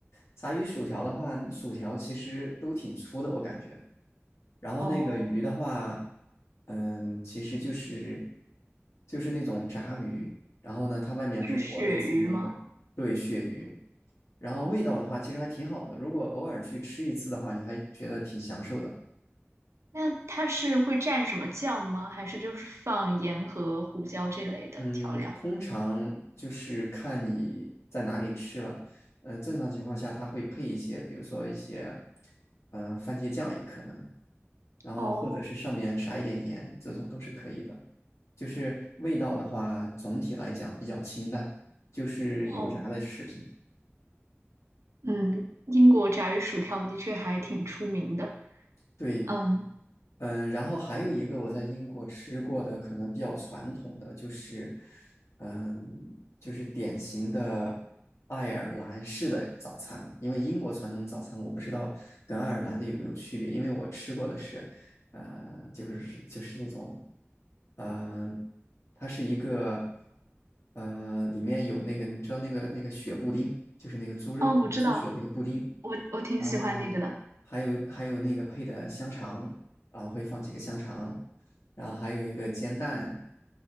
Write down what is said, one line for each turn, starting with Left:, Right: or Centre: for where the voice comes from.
Left: 炸鱼薯条的话，薯条其实都挺粗的，我感觉。然后那个鱼的话，
Right: 哦，
Left: 嗯，其实就是就是那种炸鱼，然后呢，它外面不是裹了一层那个对鳕鱼，
Right: 是鳕鱼吗？
Left: 然后味道的话，
Right: 哦，
Left: 其实还挺好的。如果偶尔去吃一次的话，你还觉得挺享受的。
Right: 那它是会蘸什么酱吗？还是就是放盐和胡椒这类的调料？
Left: 嗯，通常就是看你在哪里吃了。嗯、呃正常情况下，它会配一些，比如说一些，呃，番茄酱也可能，然后或者是上面撒一点盐，
Right: 哦
Left: 这种都是可以的。就是味道的话，总体来讲比较清淡，就是油炸的食品。
Right: 哦，嗯，英国炸鱼薯条的确还挺出名的。
Left: 对，
Right: 嗯，
Left: 嗯，然后还有一个我在英国吃过的，可能比较传统的就是，嗯，就是典型的爱尔兰式的早餐嘛。因为英国传统早餐我不知道跟爱尔兰的有没有区别，因为我吃过的是，呃，就是就是那种，嗯、它是一个，呃，里面有那个你知道那个那个血布丁，就是那个猪肉猪血那个布丁。
Right: 哦，我知道，我我挺喜欢那个的。
Left: 然后还有还有那个配的香肠，然后会放几个香肠，然后还有一个煎蛋，